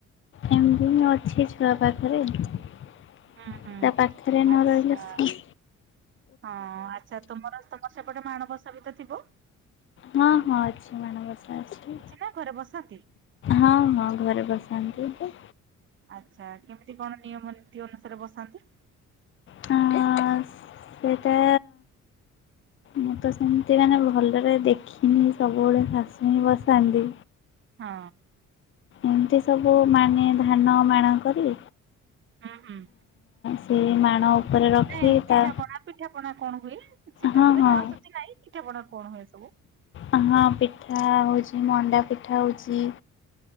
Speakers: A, on the left; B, on the right.
A: ଏମତି ମୁଁ ଅଛି ଛୁଆ ପାଖରେ। ତା
B: ହୁଁ ହୁଁ
A: ପାଖରେ ନ
B: ଆଚ୍ଛା
A: ରହିଲେ ସି
B: ହଁ ଆଚ୍ଛା ତୁମର ତୋମର ସେପଟେ ମାଣବସା ବି ତ ଥିବ?
A: ହଁ, ହଁ ଅଛି ମାଣ ବସା। ଅଛି
B: ନା ଘରେ ବସାନ୍ତି?
A: ହଁ, ହଁ ଘରେ ବସାନ୍ତି ବି।
B: ଆଚ୍ଛା କେମିତି କଣ ନିୟମ ନୀତି ଅନୁସାରେ ବସାନ୍ତି?
A: ହଁ, ହଁ ସେଇଟା ମୁଁ ତ ସେମିତି ମାନେ ଭଲରେ ଦେଖିନି। ସବୁବେଳେ ଶାଶୁ ନି ବସାନ୍ତି।
B: ହଁ
A: ଏମିତି ସବୁ ମାନେ ଧାନ ମାଣ କରି
B: ହଁ, ହୁଁ।
A: ସେ ମାଣ ଉପରେ ରଖି
B: ନାଇଁ ପିଠା
A: ତା
B: ପଣା ପିଠା ପଣା କଣ ହୁଏ? ସେଟା
A: ହଁ
B: ଯଦି
A: ହଁ
B: ନ ଆସୁଚି ନାଇଁ ପିଠାପଣା କଣ ହୁଏ ସବୁ?
A: ଅ, ହଁ, ପିଠା ହଉଛି ମଣ୍ଡା ପିଠା ହଉଚି।